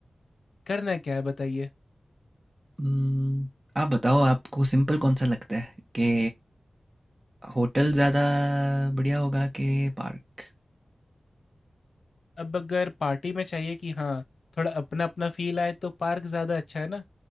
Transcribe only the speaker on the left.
करना क्या है बताइए
अब अगर पार्टी में चाहिए कि हाँ थोड़ा अपना अपना फील आए तो पार्क ज्यादा अच्छा है ना